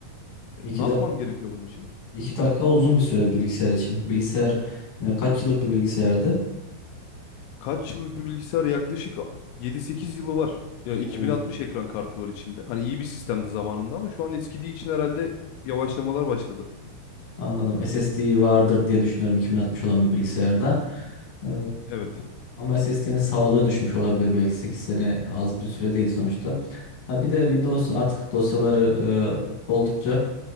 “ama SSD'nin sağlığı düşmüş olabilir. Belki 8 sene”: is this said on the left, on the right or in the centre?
Left